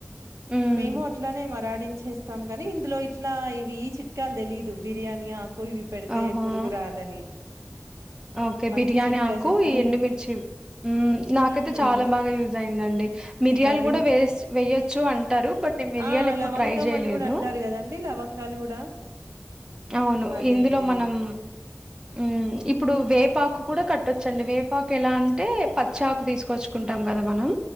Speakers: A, on the right (about 15°); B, on the right (about 85°).
A: ఉమ్
B: మేము అట్లానే మరాడించేస్తాం కాని ఇందులో ఇట్లా ఇవి చిట్కాలు తెలిదు బిర్యానీ అని ఆకు ఇవి పెడితే
A: ఆహా
B: పొరుగు రాదని
A: ఓకే
B: మంచి
A: బిర్యానీ
B: చిట్కా
A: ఆకు
B: చెప్పారు
A: ఈ ఎండుమిర్చి నాకైతే
B: ఉహు
A: చాలా బాగా యూజ్ అయిందండి మిరియాలు
B: అదే
A: కూడా వేస్ వేయొచ్చు అంటే అంటారు బట్ నేను మిర్యాలు
B: ఆ
A: ఎప్పుడు
B: లవంగం
A: ట్రై చేయలేదు
B: అని కూడా అంటారు కదండి లవంగాలు కూడా
A: అవును
B: అదే
A: ఇందులో
B: అదే
A: మనం మ్మ్ ఇప్పుడు వేపాకు కూడా కట్టొచ్చండి వేపాకు ఎలా అంటే పచ్చకు తీసుకొచ్చుకుంటాం కదా మనం